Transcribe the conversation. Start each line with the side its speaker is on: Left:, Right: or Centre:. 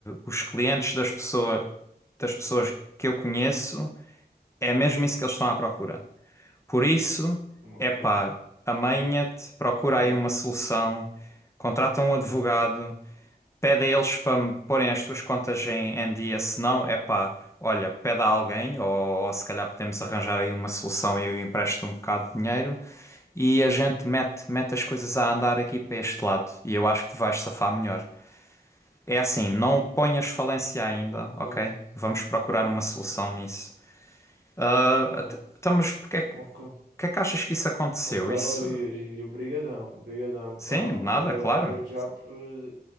Left: os clientes das pessoa- das pessoas que eu conheço, é mesmo isso que eles estão à procura. Por isso,
Right: Ok,
Left: é pá, amanha-te, procura
Right: ok,
Left: aí uma solução, contrata um advogado, pede a eles para me porem as tuas contas em, em dia, se não, é pá, olha, pede a alguém, ou, ou se calhar podemos arranjar aí uma solução e eu empresto um bocado de dinheiro e a gente mete, mete as coisas a andar aqui para este lado e eu acho que te vais safar melhor. É assim, não ponhas falência ainda,
Right: ok,
Left: ok? Vamos procurar uma solução nisso. Ah,
Right: ok,
Left: até- então, mas porque é, que
Right: ok.
Left: que é que achas que isso aconteceu?
Right: Ok, olha,
Left: Isso.
Right: Yuri, obrigadão, obrigadão,
Left: Sim,
Right: pá,
Left: de nada,
Right: obrigadão
Left: claro.
Right: desde já por, eh,